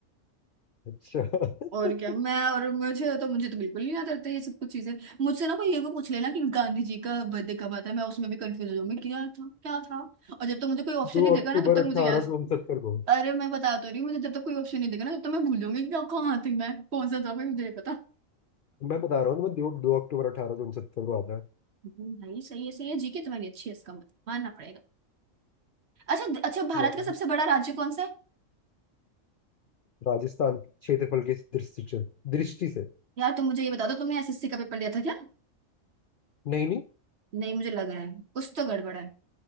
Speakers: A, on the left (about 65°); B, on the right (about 55°).
A: अच्छा <laughs>
B: और क्या मैं और मुझे तो मुझे तो बिल्कुल नहीं याद रहता ये सब कुछ चीजें मुझसे ना कोई ये भी पूछ लेना कि गांधी जी का बर्थडे कब आता है मैं उसमें भी कंफ्यूज हो जाऊंगी क्या था क्या था और जब तक मुझे कोई ऑप्शन
A: दो
B: नहीं देगा
A: अक्टूबर
B: ना तब तक मुझे
A: अठारह
B: याद
A: सौ उनसत्तर को
B: अरे मैं बता तो रही हूँ मुझे जब तक कोई ऑप्शन नहीं देगा ना तब तक मैं भूल जाऊंगी कि कहाँ थी मैं कौन सा था भाई मुझे नहीं पता
A: मैं बता रहा हूँ ना, मैं दो, दो अक्टूबर अठारह सौ उनसत्तर को आता है
B: हम्म, भाई सही है सही है जीके तुम्हारी अच्छी है इसका मतलब मानना पड़ेगा अच्छा अच्छा भारत
A: वाह।
B: का सबसे बड़ा राज्य कौन सा है
A: राजस्थान क्षेत्रफल के दृष्टि से दृष्टि से
B: यार तुम मुझे ये बता दो तुमने एसएससी का पेपर दिया था क्या
A: नहीं नहीं
B: नहीं मुझे लग रहा है कुछ तो गड़बड़ है